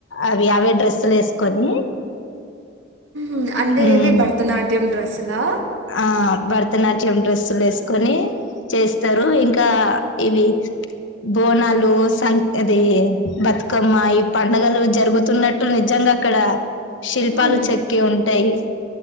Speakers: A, on the left; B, on the right.
A: అవి అవే డ్రెస్లు వేసుకొని
B: ఉమ్ అంటే
A: ఉమ్,
B: ఇవి భరతనాట్యం డ్రెస్సు లా
A: ఆ భరతనాట్యం డ్రెస్సులు వేసుకొని చేస్తారు ఇంకా ఇవి బోనాలు సంగ్ అది బతుకమ్మ ఈ పండుగలు జరుగుతున్నట్టు నిజ ఇంగా అక్కడ శిల్పాలు
B: మ్మ్.
A: చెక్కి ఉంటాయి